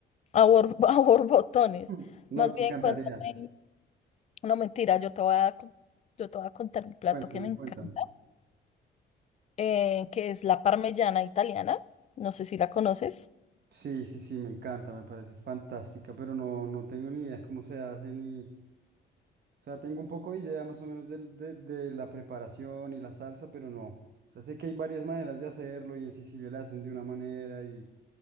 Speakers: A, on the left; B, on the right.
A: a, bor- <laughs> a borbotones.
B: <clears throat> no,
A: Más
B: te
A: bien,
B: encantaría.
A: cuéntame. No, mentira, yo te voy a, con- yo te voy a contar un plato
B: Cuéntame,
A: que me encanta,
B: cuéntame.
A: eh, que es la parmellana italiana. No sé si la conoces.
B: Sí, sí, sí, me encanta, me parece fantástica, pero no, no tengo ni idea cómo se hace ni... O sea, tengo un poco de idea más o menos del- de, de la preparación y la salsa, pero no. O sea, sé que hay varias maneras de hacerlo y en Sicilia la hacen de una manera y